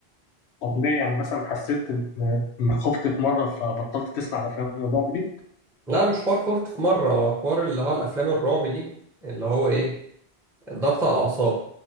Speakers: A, on the left; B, in the centre.
A: طب ليه يعني مثلا حسيت ان- انك خفت في مره فبطلت تسمع افلام الرعب دي
B: لا مش حوار خفت في مرة هو حوار اللي هو الأفلام الرعب دي اللي هو إيه الضغط على الأعصاب